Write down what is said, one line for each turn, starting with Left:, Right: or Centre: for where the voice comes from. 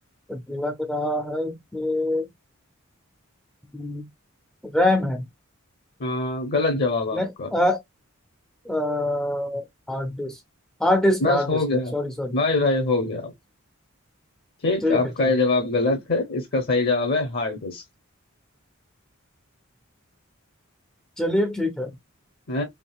Centre: लग रहा है कि हम्म, रैम है
Left: हाँ गलत जवाब आपका
Centre: नहीं, अ, अ, hard disk hard disk
Left: बस
Centre: hard
Left: हो
Centre: disk
Left: गया
Centre: Sorry sorry
Left: भाई भाई हो गया ठीक
Centre: ठीक
Left: आपका
Centre: है ठीक
Left: ये
Centre: है
Left: जवाब गलत है इसका सही जवाब है हार्ड डिस्क
Centre: चलिए ठीक है
Left: है